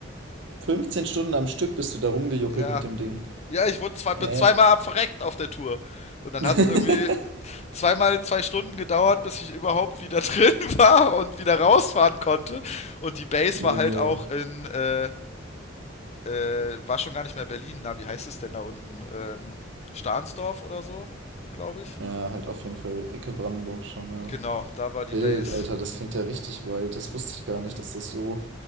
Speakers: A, on the right; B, on the left.
A: 15 Stunden am Stück bist du da rumgejuckelt
B: Ja,
A: mit dem Ding.
B: Ja, ich wurde zwei,
A: Äh.
B: bin zweimal verreckt auf der Tour. Und dann
A: <laughs>
B: hat es irgendwie zweimal zwei Stunden gedauert, bis ich überhaupt wieder <laughs> drin war und wieder rausfahren konnte. Und die Base
A: Junge.
B: war halt auch in, äh, äh, war schon gar nicht mehr Berlin. Na, wie heißt es denn da unten? Ähm, Stahnsdorf oder so, glaube ich.
A: Ja, halt auf jeden Fall Ecke Brandenburg schon, ja.
B: Genau, da war die
A: Wild,
B: Base.
A: Alter, das klingt ja richtig wild. Das wusste ich gar nicht, dass das so,